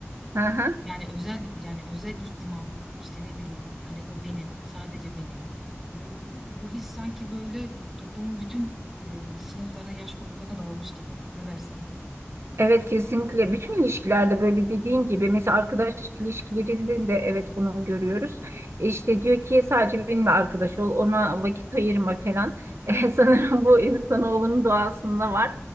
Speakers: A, on the right; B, in the centre.
A: Hı hı.
B: yani özel yani özel ihtimam işte ne bileyim hani o benim sadece benim. Bu bu his sanki böyle toplumun bütün e, sınıflarına yaş gruplarına dağılmış gibi. Ne dersin?
A: Evet kesinlikle. Bütün ilişkilerde böyle dediğin gibi mesela arkadaşlık ilişkilerinde de evet bunu görüyoruz. İşte diyor ki sadece benimle arkadaş ol, ona vakit ayırma falan. <laughs> Eh, sanırım bu insanoğlunun doğasında var.